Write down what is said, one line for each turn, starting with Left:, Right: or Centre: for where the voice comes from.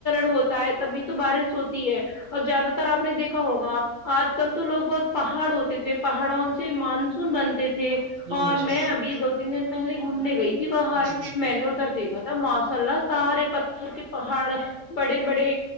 Left: ہوتا ہے تبھی تو بارش ہوتی ہے اور زیادہ تر اپ نے دیکھا ہوگا - آج کل تو لوگ بہت پہاڑ ہوتے تھے پہاڑوں سے مانسون بنتے تھے-
Right: جی
Left: اور
Right: ماشاء
Left: میں
Right: اللہ
Left: ابھی دو تین دن پہلے گھومنے گئی تھی باہر
Right: جی
Left: میں نے ادھر دیکھا تھا- ماشاء اللہ سارے پتھر کے پہاڑ بڑے- بڑے